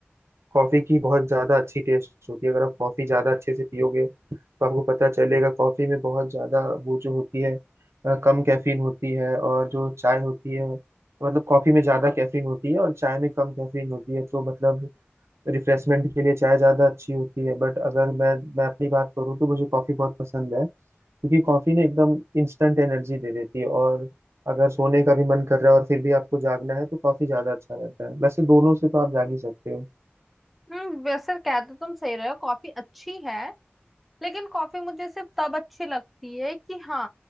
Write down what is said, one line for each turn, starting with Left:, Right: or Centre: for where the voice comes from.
Right: कॉफी की बहुत ज्यादा अच्छी टेस्ट होती है अगर आप कॉफी ज्यादा अच्छे से पियोगे तो आपको पता चलेगा कॉफी में बहुत ज्यादा वो जो होती है अ, कम कैफीन होती है और जो चाय होती है मतलब कॉफी में ज्यादा कैफीन होती है और चाय में कम कैफीन होती है तो मतलब रिफ्रेशमेंट के लिए चाय ज्यादा अच्छी होती है बट अगर मैं मैं अपनी बात करूँ तो मुझे कॉफी बहुत पसंद है क्योंकि कॉफी ना एकदम इंस्टेंट एनर्जी दे देती है और अगर सोने का भी मन कर रहा है और फिर भी आपको जागना है तो कॉफी ज्यादा अच्छा रहता है वैसे दोनों से तो आप जाग ही सकते हो
Centre: हम्म वैसे कह तो तुम सही रहे हो कॉफी अच्छी है लेकिन कॉफी मुझे सिर्फ तब अच्छी लगती है कि हाँ